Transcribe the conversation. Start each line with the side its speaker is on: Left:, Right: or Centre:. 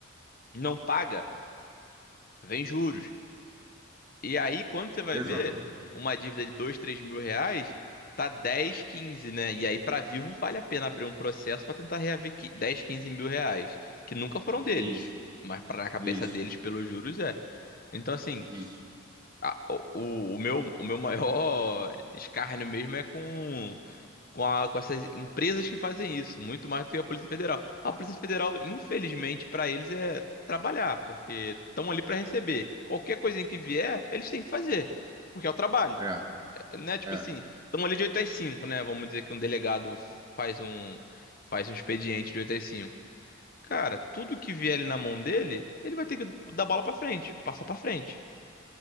Left: não paga, vem juros. E aí, quando você vai
Right: exatamente.
Left: ver, uma dívida de 2 3 mil reais tá 10 quinze né? E aí, pra vivo, vale a pena abrir um processo pra tentar reaver qui- 10 15 mil reais, que nunca foram deles,
Right: Isso,
Left: mas pra, na cabeça
Right: isso,
Left: deles, pelos juros, é. Então, assim,
Right: isso.
Left: a- o, o o meu, o meu maior <laughs> escárnio mesmo é com com, a- com essas empresas que fazem isso, muito mais do que a Polícia Federal. A Polícia Federal, infelizmente, para eles é trabalhar, porque estão ali para receber. Qualquer coisinha que vier, eles têm que fazer, porque é o trabalho,
Right: É,
Left: É, né? Tipo
Right: é.
Left: assim, estão ali de 8 às cinco né? Vamos dizer que um delegado faz um faz um expediente de 8 às cinco Cara, tudo que vier ali na mão dele, ele vai ter que dar bola para frente, passar para frente.